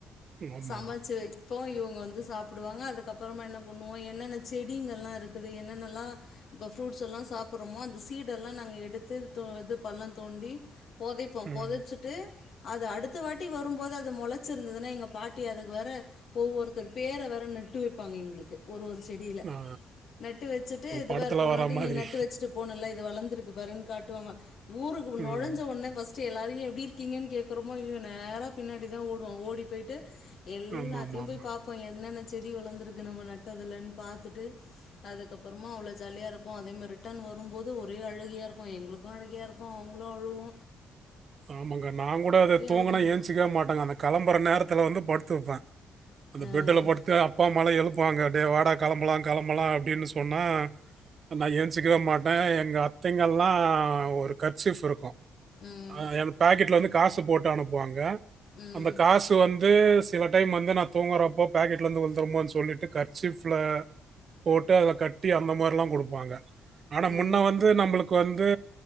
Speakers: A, on the right; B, on the left.
A: ஆமா
B: சமைச்சு வெ ப்போ இவுங்க வந்து சாப்புடுவாங்க அதுக்கப்பறமா என்ன பண்ணுவோ என்னென்ன செடிங்கல்லா இருக்குது என்னென்னெல்லா இப்ப ஃப்ரூட்ஸ் எல்லா சாப்பறமோ அந்த ஸ் ஈடெல்லா நாங்க எடுத்து து இது பள்ளந் தோண்டி பொதைப்போ
A: ம்
B: பொதைச்சிட்டு அது அடுத்த வாட்டி வரும்போது அது மொளச்சிருந்துதுனா எங்க பாட்டி அதுக்கு வேற ஒவ்வொருத்தர் பேர வேற நட்டு வெப்பாங்க எங்ளுக்கு ஒரு ஒரு எடியில
A: ஆ,
B: நட்டு வெச்சுட்டு இத
A: படத்துல
B: பாரு போன
A: வர
B: வாட்டி
A: மாதிரி
B: நீ நட்டு வெச்சுட்டு போனல்ல இது வளந்திருக்கு பாருன் காட்டுவாங்க ஊருக்கு
A: ம்
B: நொழைஞ்ச ஒன்னே ஃபஸ் ட்டு எல்லாரையு எப்டி இருக்கீங்கன் கேக்கறோமோ இல்லியோ நேரா பின்னாடி தா ஓடுவோ ஓடி போயிட்டு எல்லாத்தையும்
A: ஆமா ஆமா ஆமா
B: போய் பாப்போ என்னென்ன செடி வளந்திருக்கு நம்ம நெட்டதுலன் பாத்துட்டு அதுக்கப்புறமா அவ்ளோ ஜாலியா இருக்கு அதே மாரி ரிட்டர்ன் வரும்போது ஒ ஒரே அழுகையா இருக்கு எங்குளுக்கு அழுகையா இருக்கு அவுங்குளு அழுவ்வு
A: ஆமாங்கா நாங் கூட அத தூங்கனா
B: அழுதுன்ட்டுருப்போம்
A: ஏஞ்சுக்கவே மாட்டங்கா அந்த கெளம்பற நேர த்துல வந்து படுத்துருப்பே அந்த
B: அஹ்
A: பெட்டுல படுத்து அப்பா அம்மால எழுப் வாங்க டே வாடா கெளம்பலா கெளம்பலா அப்டின்னு சொன்னா நா எஞ்சிக்கவே மாட்டே எங்க அத்தைங்கள்லா ஒரு கர்சிஃப் இருக்கு
B: உம்
A: அ என் பேக்கெட்ல வந்து காச போட்டு அனுப்புவாங்க
B: உம்
A: அந்த காசு வந்து சில டைம் வந்து நா தூங்கறப்போ பேக்கெட்ல இருந்து உழுந்துருமோ சொல்லிட்டு கர்ச்சிஃப்ல போட்டு அத கட்டி அந்த மாரிலா கொடுப்பாங்க. ஆனா
B: அஹ்
A: முன்ன வந்து நம்மளுக்கு வந்து